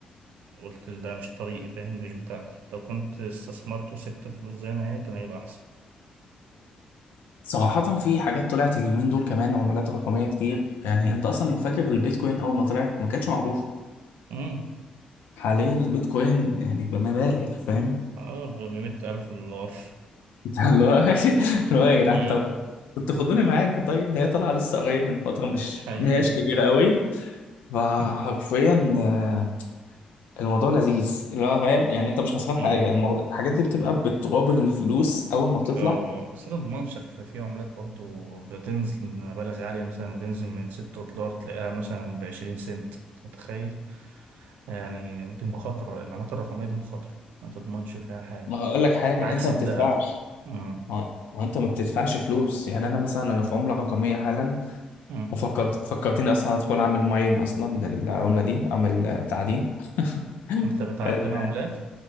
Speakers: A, on the right; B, on the left.
A: وقلت ده مش طريقي فاهم دي مش بتاعتي لو كنت استثمرت وسبت الفلوس زي ما هي كان هيبقى أحسن
B: صراحة في حاجات طلعت اليومين دول كمان عملات رقمية كتير يعني انت اصلا لو فاكر البيتكوين اول ما طلعت ما كانتش معروفة
A: امم
B: حاليا البيتكوين يعني بمبالغ فاهم
A: اه ب 100000 دولار
B: <laughs> اللي هو اللي
A: <laughs>
B: هو يا جدعان
A: امم
B: طب كنتوا خدوني معاكم طيب ده هي طالعه لسه قريب من فتره مش
A: حقيقي
B: ما هياش كبيره قوي فحرفيا
A: <laughs>
B: آه، الموضوع لذيذ اللي هو فاهم يعني انت مش خسران
A: امم
B: حاجه الموضوع الحاجات دي بتبقى بتقابل الفلوس اول ما بتطلع
A: لا بس ده ضمانش في في عملات برضو بتنزل مبالغ عالية مثلا ما تنزل من ستة دولار تلاقيها مثلا بعشرين سنت متخيل يعني دي مخاطرة العملات الرقمية دي مخاطرة ما تضمنش فيها حاجة
B: ما اقول لك حاجه
A: عكس
B: انت ما
A: الذهب
B: بتدفعش
A: مم.
B: ما ما انت ما بتدفعش فلوس يعني انا مثلا انا في عمله رقميه حالا
A: مم.
B: وفكرت فكرتني اصلا ادخل اعمل ماين اصلا للعمله دي اعمل آه، تعدين <laughs>
A: انت بتعدن
B: ال-
A: عملات